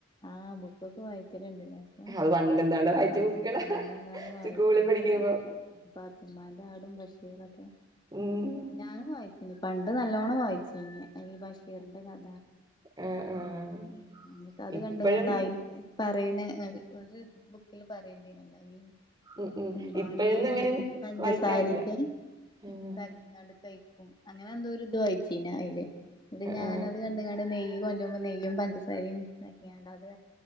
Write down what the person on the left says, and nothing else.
ആഹ് ബുക്കൊക്കെ വായിക്കലു ഉണ്ട് ലേ അപ്പം
പണ്ടങ്ങാന് വായിച്ച
ബുക്കാ പത്തമാന്റെ ആടും ബഷി റൊക്കെ.
ഞാനും വായിച്ചിനി പണ്ട് നല്ലോണം വായി ച്ചിനി അ ഈ ബഷീറിന്റെ ക
ഉം അന്ന് ഒക്കെ അത്
കണ്ട് കാണ്ടയി പറയ്ണെ ഒര് ബുക്കില് പറയണ്ടി <unintelligible>
എന്താ
നെയ്യും
പഞ്ചസാരിയൊക്കെ
മിക്സാക്കിക്കാണ്ട്
കഴിക്കും അ ങ്ങനെ എന്തോര് ഇത് വായിച്ചീനയ്ല് ഇന്നട്ട് ഞാനത്
കണ്ട് ങ്ങാണ്ട് നെയ്യ് കൊണ്ട്രുമ്പം നെയ്യും പഞ്ചസാരിം ഇതാക്കിയാണ്ട് അത്